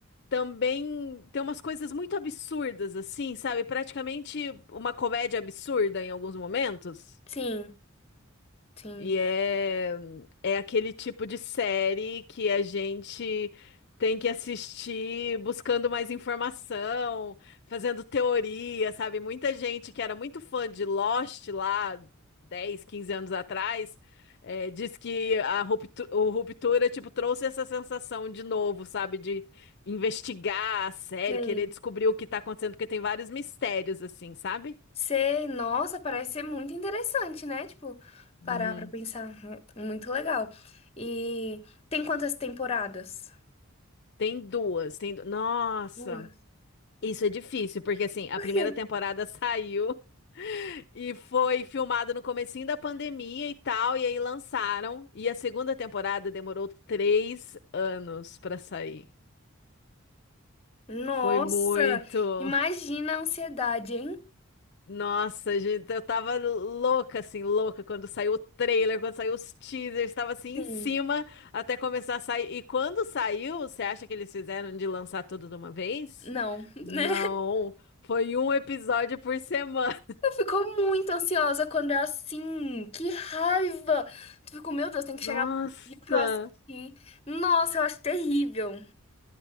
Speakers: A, on the left (about 55°); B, on the left (about 30°).
A: também tem umas coisas muito absurdas, assim, sabe? Praticamente uma comédia absurda em alguns momentos.
B: Sim. Sim.
A: E é, é aquele tipo de série que a gente tem que assistir buscando mais informação, fazendo teoria, sabe? Muita gente que era muito fã de Lost lá 10 15 anos atrás, eh, diz que a ruptu- o Ruptura, tipo, trouxe essa sensação de novo, sabe? De investigar a série,
B: Sei.
A: querer descobrir o que tá acontecendo, porque tem vários mistérios, assim, sabe?
B: Sei. Nossa, parece ser muito interessante, né? Tipo, parar
A: Uhum.
B: pra pensar. Hum, Muito legal. E tem quantas temporadas?
A: Tem duas, tem... du- Nossa!
B: Duas.
A: Isso é difícil, porque assim, a
B: Por
A: primeira
B: quê?
A: temporada <laughs> saiu e foi filmada no comecinho da pandemia e tal, e aí lançaram. E a segunda temporada demorou três anos pra sair.
B: Nossa,
A: Foi muito.
B: imagina a ansiedade, hein?
A: Nossa, gente, eu tava louca, assim, louca quando saiu o trailer, quando saiu os teasers, tava assim
B: Sim.
A: em cima até começar a sair. E quando saiu, você acha que eles fizeram de lançar tudo de uma vez?
B: Não, <laughs>
A: Não,
B: né?
A: foi um episódio por semana.
B: Eu fico muito ansiosa quando é assim. Que raiva! Tu ficou, meu Deus, tem que chegar
A: Nossa!
B: lá pra eu assistir. Nossa, eu acho terrível.